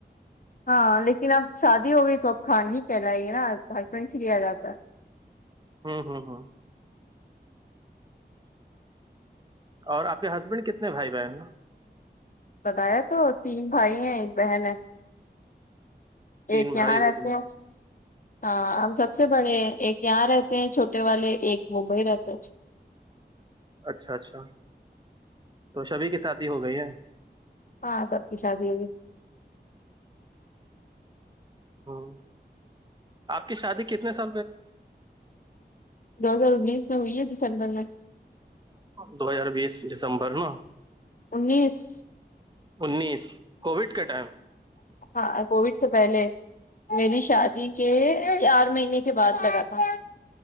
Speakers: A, on the left (about 50°); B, on the right (about 25°).
A: ہاں لیکن اب شادی ہو گئی تو اب خان ہی کہلائے گے نا ہسبینڈ سے لیا جاتا
B: ہمم ہمم ہمم اور آپ کے ہسبینڈ کتنے بھائی بہن
A: بتایا تو تین بھائی ہیں ایک بہن ہے
B: تین
A: ایک
B: بھائی
A: یہاں رہتے
B: ایک بہن
A: ہیں ہاں ہم سب سے سب سے بڑے ایک یہاں رہتے ہیں چھوٹے والے ایک ممبئی رہتے
B: اچھا اچھا تو سبھی کی شدی ہوگئی ہے
A: ہاں سبکی شادی ہوگئی ہے
B: ہمم آپ کی شادی کتنے سال
A: دو ہزار انیس میں ہوئی ہے دسمبر میں
B: دو ہزار بیس دسمبر نا
A: انیس
B: انیس کووڈ کے ٹائم
A: ہاں کووڈ سے پہلے میری شادی کے چار مہینے کے بعد لگا تھا